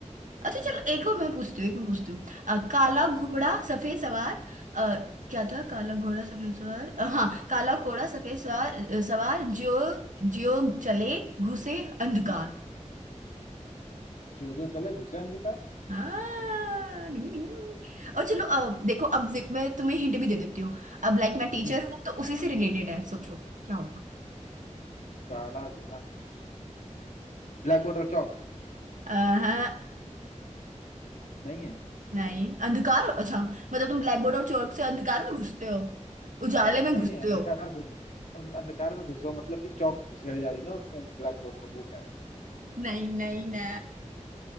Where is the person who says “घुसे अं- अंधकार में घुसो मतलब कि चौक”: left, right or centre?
Left